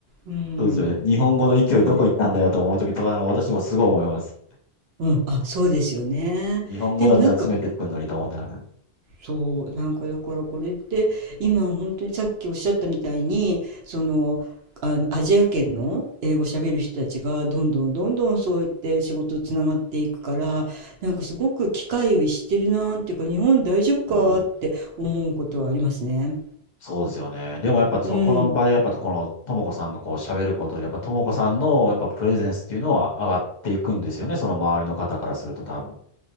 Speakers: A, on the right; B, on the left.
A: うん、
B: そうですよね。日本語の勢いどこ行ったんだよと思うときとか、
A: ね
B: あの、私もすごい思います。
A: うん、あ、そうですよね。
B: 日本語だったら詰めてくるのにと思いながら。
A: でもなんか、そう、なんかだからこれって今本当にさっきおっしゃったみたいに、その、あのアジア圏の英語喋る人たちがどんどんどんどんそうやって仕事つながっていくからなんかすごく機会を逸してるなーっていうか日本大丈夫かーって思うことはありますね。
B: うん。そうですよね。でもやっぱそこの場でやっぱこのともこさんがこう喋ることで、
A: うん、
B: やっぱともこさんのやっぱプレゼンスっていうのは上がっていくんですよね。その周りの方からすると多分。